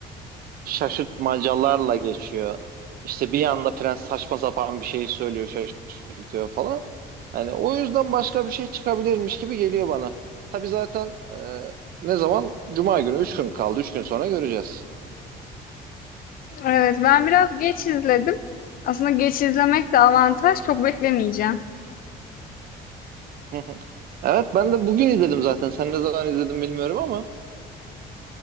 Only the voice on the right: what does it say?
şaşırtmacalarla geçiyor. İşte bir anda prens saçma sapan bir şey söylüyor, şaşırtıyor falan. Hani o yüzden başka bir şey çıkabilirmiş gibi geliyor bana. Tabii zaten e, ne zaman? Cuma günü. Üç gün kaldı. Üç gün sonra göreceğiz.
Hı hı. Evet ben de bugün izledim zaten. Sen ne zaman izledin bilmiyorum ama.